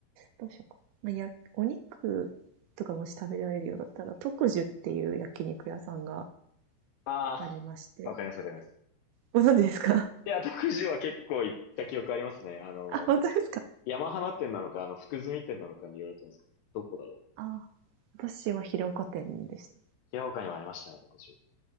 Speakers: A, on the right (about 80°); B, on the left (about 80°).
A: どうしようか。まあ、や、お肉とかもし食べられるようだったら、特樹っていう焼肉屋さんが
B: あ
A: ありまして。
B: あ、わかりますわかります。
A: ご存知ですか
B: いや、徳島は結構行った記憶ありますね。
A: <laughs>
B: あの、
A: あ、本当ですか
B: 山花店なのか、あの、福住店なのかによると思うんですけど、どこだろう。
A: あ、私は広岡店でした。
B: 平岡にもありましたね、徳島。い